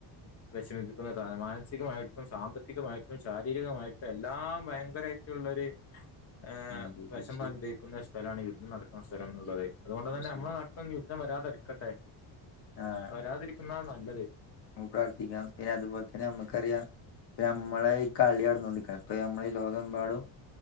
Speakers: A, on the left (about 35°); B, on the left (about 60°).
A: വെഷമിപ്പിക്കുന്ന <unintelligible> മാനസികമായിട്ടും സാമ്പത്തികമായിട്ടും ശാരീരികമായിട്ടും എല്ലാ ഭയങ്കരായിട്ടുള്ളൊരു ഏ
B: അതെ
A: വെഷമ
B: തീർച്ചയായും
A: അനുഭവിക്കുന്ന ശ് സ്ഥലാണ് യുദ്ധം നടക്കുന്ന സ്ഥലം ന്നുള്ളത് അതുകൊണ്ടുതന്നെ
B: തീർച്ചയായും
A: നമ്മളെ നാട്ടിലൊന്നു യുദ്ധം വരാതെരുക്കട്ടെ.
B: ആഹ്
A: വരാതിരിക്കുന്ന നല്ലത്.
B: നമുക്ക് പ്രാർത്ഥിക്കാം പിന്നെ അതുപോലെ തന്നെ നമുക്കറിയാം നമ്മളെ ഈ കളി നടന്നൊണ്ടിക്ക ഇപ്പ നമ്മള ഈ ലോകമെമ്പാടും.